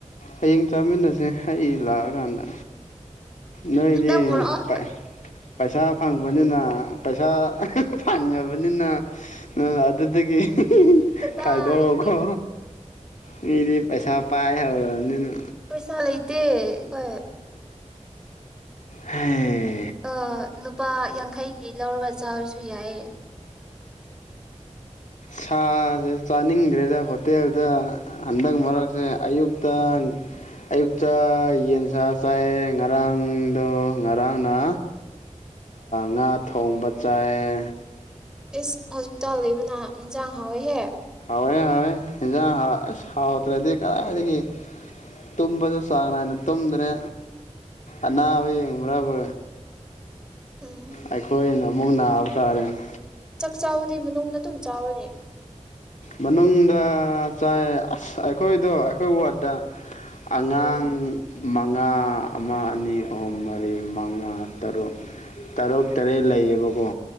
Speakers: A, on the left; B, in the centre.
A: ꯍꯌꯦꯡ ꯆꯥꯃꯤꯟꯅꯁꯦ ꯑꯩ ꯂꯥꯛꯑ ꯀꯥꯟꯗ ꯅꯣꯏꯗꯤ
B: ꯅꯪ ꯄꯨꯔꯛꯑꯣ
A: ꯄꯩ ꯄꯩꯁꯥ ꯐꯪꯕꯅꯤꯅ ꯄꯩꯁꯥ ꯐꯪꯉꯕꯅꯤꯅ ꯅꯪ ꯑꯗꯨꯗꯒꯤ
B: ꯀꯗꯥꯏꯗꯒꯤ
A: ꯈꯥꯏꯗꯣꯛꯑꯒꯣ ꯃꯤꯗꯤ ꯄꯩꯁꯥ ꯄꯥꯏ ꯍꯧꯔꯕꯅꯤꯅ
B: ꯄꯩꯁꯥ ꯂꯩꯇꯦ ꯑꯩꯈꯣꯏ
A: ꯍꯦ
B: ꯑ ꯅꯨꯄꯥ ꯌꯥꯡꯈꯩ ꯒꯤ ꯂꯧꯔꯒ ꯆꯥꯔꯁꯨ ꯌꯥꯏꯌꯦ
A: ꯁꯥꯁꯦ ꯆꯥꯅꯤꯡꯗ꯭ꯔꯦꯗ ꯍꯣꯇꯦꯜꯗ ꯍꯟꯗꯛ ꯃꯔꯛꯁꯦ ꯑꯌꯨꯛꯇ ꯑꯌꯨꯛꯇ ꯌꯦꯟꯁ ꯆꯥꯏꯑ ꯉꯔꯥꯡꯗꯣ ꯉꯔꯥꯡꯅ ꯉꯥ ꯊꯣꯡꯕ ꯆꯥꯏꯑ
B: ꯏꯁ ꯍꯣꯁꯄꯤꯇꯥꯜ ꯂꯩꯕꯅ ꯏꯟꯁꯥꯡ ꯍꯥꯎꯋꯦꯍꯦ
A: ꯍꯥꯎꯋꯦ ꯍꯥꯎꯋꯦ ꯍꯟꯖꯥꯡ ꯑꯁ ꯍꯥꯎꯇꯔꯗꯤ ꯀꯗꯥꯏꯗꯒꯤ ꯇꯨꯝꯕꯁꯨ ꯆꯥꯡ ꯅꯥꯏꯅ ꯇꯨꯝꯗ꯭ꯔꯦ ꯑꯅꯥꯕ ꯌꯦꯡꯕ꯭ꯔꯕꯨ
B: ꯎꯝ
A: ꯑꯩꯈꯣꯏꯅ ꯑꯃꯨꯛ ꯅꯥꯕ ꯇꯥꯔꯦꯅꯦ
B: ꯆꯥꯎꯕꯗꯤ ꯃꯅꯨꯡꯗ ꯑꯗꯨꯝ ꯆꯥꯎꯔꯅꯦ
A: ꯃꯅꯨꯡꯗ ꯆꯥꯏ ꯑꯁ ꯑꯩꯈꯣꯏꯗꯣ ꯑꯩꯈꯣꯏ ꯋꯥꯔꯠꯇ ꯑꯉꯥꯡ
B: ꯎꯝ
A: ꯃꯉꯥ ꯑꯃ ꯑꯅꯤ ꯑꯍꯨꯝ ꯃꯔꯤ ꯃꯉꯥ ꯇꯔꯨꯛ ꯇꯔꯨꯛ ꯇꯔꯦꯠ ꯂꯩꯌꯦꯕꯀꯣ